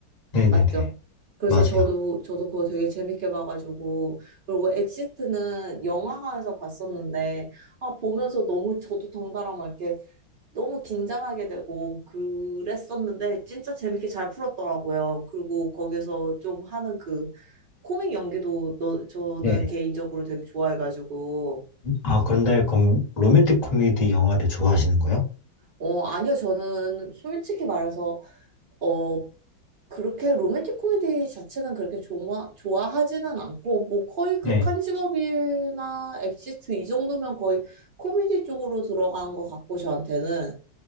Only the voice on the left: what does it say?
네네네
맞아요.
네.
아 그런데 그럼 로맨틱 코미디 영화를 좋아하시는 거예요?
네.